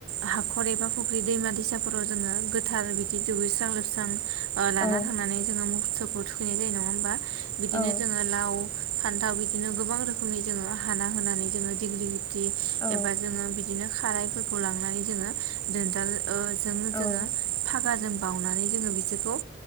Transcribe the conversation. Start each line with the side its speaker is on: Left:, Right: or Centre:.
Right: हाखर एबा फुख्रि दैमा दैसाफोराव जोङो गोथार बिदि दुगैस्रां लोबस्रां लाना
Left: औ
Right: थांनानै जोङो मुस्थुखौ थुखैनाय जायो नङा होमबा बिदिनो
Left: औ
Right: जोङो लाव फान्थाव बिदिनो गोबां रोखोमनि जोङो हाना होनानै जोङो डिगलि बि
Left: औ
Right: एबा जोङो बिदिनो खारायफोरखौ लांनानै जोङो दोनदाल जों
Left: औ
Right: जोङो फागाजों बावनानै जोङो बिसोर गौ